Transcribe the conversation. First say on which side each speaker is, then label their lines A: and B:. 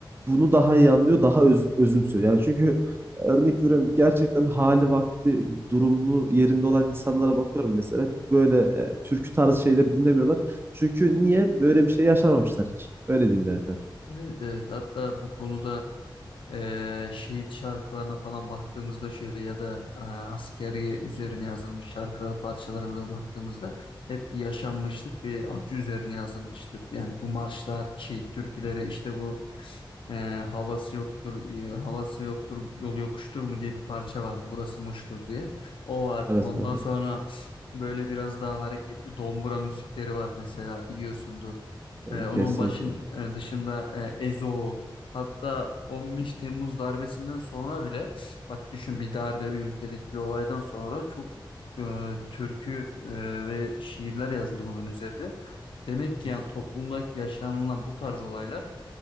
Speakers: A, on the right (about 25°); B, on the left (about 80°).
A: bunu daha iyi anlıyor, daha öz- özümsüyor. Yani çünkü e, örnek veriyorum gerçekten hali vakti durumu yerinde olan insanlara bakıyorum mesela böyle e, türkü tarzı şeyleri dinlemiyorlar. Çünkü niye böyle bir şey yaşamamışlar hiç. Öyle diyeyim yani kanka.
B: Evet evet hatta bu konuda ee, şehit şarkılarına falan baktığımızda şöyle ya da e, askeri üzerine yazılmış şarkılara parçalarımıza baktığımızda hep bir yaşanmışlık bir acı üzerine yazılmıştır. Yani bu marşlar, şehit türküleri işte bu e, havası yoktur, e, havası yoktur, yolu yokuştur mu diye bir parça vardı. Burası Muş'tur diye. O var.
A: Evet
B: Ondan
A: kanka.
B: sonra böyle biraz daha hareketli dombura müzikleri var mesela biliyorsundur.
A: E,
B: Ee, onun
A: Kesinlikle.
B: başın e, dışında e, Ezoğul Hatta 15 Temmuz darbesinden sonra bile bak düşün bir darbe bir ülkedeki bir olaydan sonra çok e, türkü e, ve şiirler yazıldı bunun üzerinde. Demek ki
A: Kesinlikle.
B: yani toplumdaki yaşanılan bu tarz olaylar